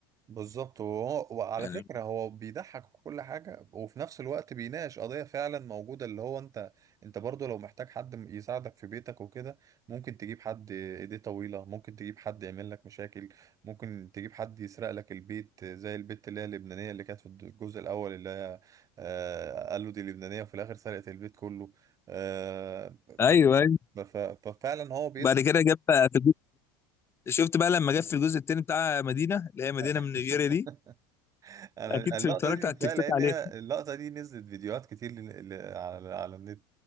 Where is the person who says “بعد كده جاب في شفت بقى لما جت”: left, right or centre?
Left